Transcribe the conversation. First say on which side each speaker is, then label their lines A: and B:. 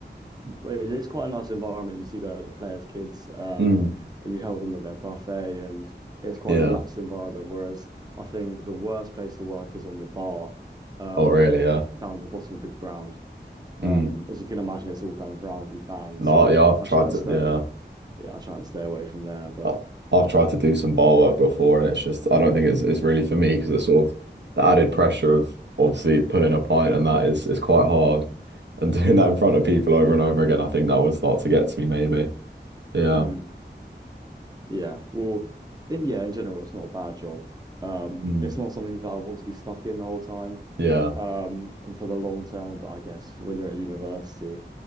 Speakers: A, on the right; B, on the right.
A: it is quite a nice environment. You see the the players' kids um
B: Mm,
A: and you help them with their buffet and it's quite
B: yeah.
A: a relaxed environment. Whereas I think the worst place to work is on the bar um
B: Oh really? Yeah.
A: down at the bottom of the ground. Um,
B: Mm.
A: as you can imagine, it's all kind of rowdy fans.
B: No,
A: So
B: yeah, I've
A: I
B: tried
A: try and
B: to,
A: stay,
B: yeah,
A: yeah, I try and stay away from there. But
B: I- I've tried to do some bar work before, and it's just I don't think it's it's really for me because it's sort of the added pressure of obviously pulling a pint and that is is quite hard, and <laughs> doing
A: mm,
B: that in front of people over and over again, I think that would start to get to me maybe. Yeah,
A: mm, yeah, well, in yeah, in general, it's not a bad job. Um,
B: Mm,
A: it's not something that I want to be stuck in the whole time,
B: yeah.
A: um, and for the long term. But I guess when you're at university,